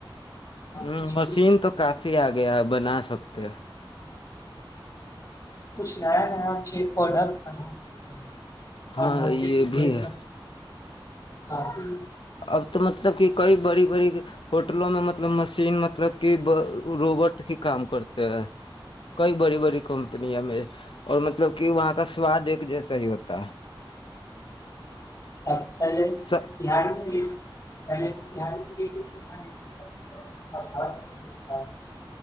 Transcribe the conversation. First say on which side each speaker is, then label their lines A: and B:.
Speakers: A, on the left; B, on the left.
A: آپ
B: ہ
A: کچھ
B: مشین
A: بھی
B: تو کافی آ آ گیا بنا سکتے ہیں
A: کچھ نیا نیا اچھے پروڈکٹ بنا سکتے ہیں
B: ہاں
A: اور مارکیٹ
B: یہ
A: میں
B: بھی
A: بھیج
B: ہے
A: سکتے ہیں کافی
B: اب تو مطلب کہ کئی بڑی بڑی فٹ میں مطلب مشین مطلب کہ روبوٹ ہی کام کرتے ہیں کئی بڑی بڑی کمپنیاں م اور مطلب کہ وہاں کا سواد ایک جیسا ہی ہوتا ہے
A: اب پہلے
B: س
A: بہار میں بھی پہلے بہار میں بھی چھوٹا نہیں ملتا، اب ہر جگہ ملتا ہے،